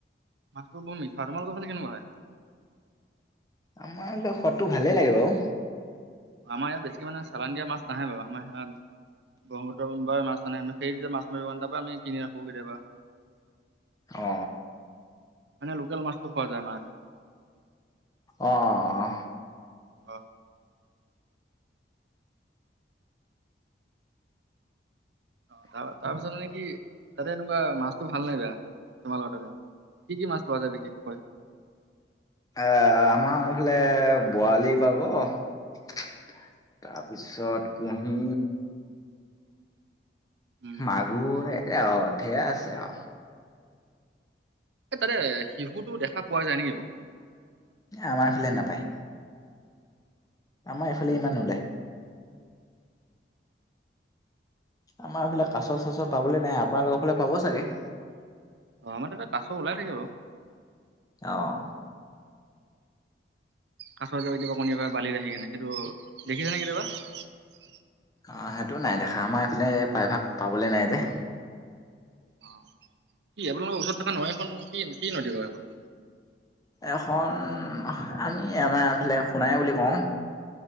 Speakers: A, on the right (about 75°); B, on the left (about 20°).
A: মাছটো বউৎ মিঠা তোমালোকৰ ফালে কেনেকুৱা হয়?
B: আমাৰ ন সোৱাটো ভালে লাগে বাৰু
A: আমাৰ ইয়াত বেছিকে মানে চালান দিয়া মাছ নাহে বাৰু আমাৰ ইয়াত ব্ৰহ্মপুত্ৰ পৰা মাছ আনে <unintelligible> তাপা আমি কিনি ৰাখো কেতিয়াবা
B: অ।
A: মানে লোকেল মাছটো খোৱা যায় মাহঁতে
B: অ অ অ অ
A: বা অ তাৰ তাৰপিছত মানে কি তাতে এনেকুৱা মাছটো ভাল নে বেয়া তোমালোকৰ তাতে? কি কি মাছ পোৱা যায় বিশেষকৈ?
B: এ আমাৰ ফালে বোৱালি পাব তাৰপিছত কুঁহি
A: উম
B: মাগুৰ হে অ ঢেৰ আছে অ
A: এ তাতে শিশুটো দেখা পোৱা যায় নেকি বাও?
B: আমাৰ ফালে নাপায়। আমাৰ ইফালে
A: উম
B: ইমান নোলায়। আমাৰ এইফালে কাছ চাছ পাবলে নাই আপোনালোকৰ ফালে পাব চাগে।
A: অ আমাৰ তাতে কাছো ওলাই থাকে বাৰু।
B: ইয়
A: কাছৰ যে কেতিয়াবা কণী পাৰে বালিত আহিকেনে সেটো দেখিছানে কেতিয়াবা?
B: আহ সেইটো নাই দেখা আমাৰ এইফালে প্ৰায় ভাগ পাবলৈ নাই যে।
A: অ কি আপোনালোকৰ ওচৰত থকা নৈ খন কি কি নদী বাৰু এইখন?
B: এখন আমি আমাৰ এইফালে সোণাই বুলি কওঁ,